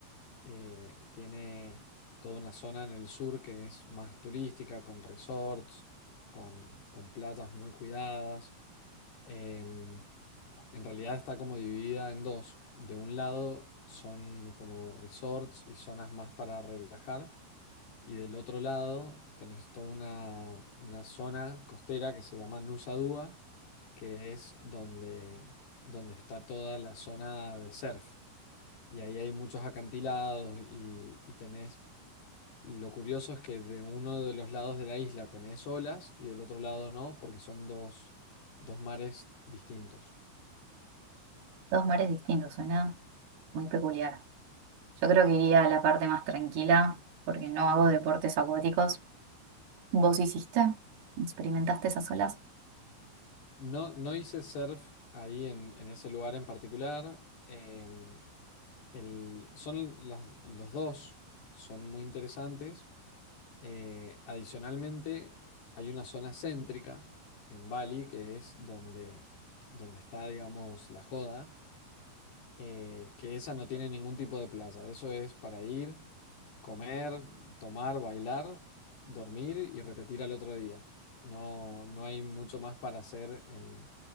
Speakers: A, on the left; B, on the right.
A: Eh, tiene toda una zona en el sur que es más turística, con resorts, con, con playas muy cuidadas em, en realidad está como dividida en dos. De un lado son como resorts y zonas más para relajar. Y del otro lado tenés toda una, una zona costera que se llama Nusa Dua, que es donde, donde está toda la zona de surf. Y ahí hay muchos acantilados y, y tenés... Lo curioso es que de uno de los lados de la isla tenés olas y del otro lado no, porque son dos, dos mares distintos.
B: Dos mares distintos, suena muy peculiar. Yo creo que iría a la parte más tranquila porque no hago deportes acuáticos ¿Vos hiciste? ¿Experimentaste esas olas?
A: No, no hice surf ahí en, en ese lugar en particular. Em, el- son las- los dos son muy interesantes. Eh, adicionalmente, hay una zona céntrica en Bali que es donde, donde está, digamos, la joda eh, que esa no tiene ningún tipo de plaza. Eso es para ir, comer, tomar, bailar, dormir y repetir al otro día. No, no hay mucho más para hacer en,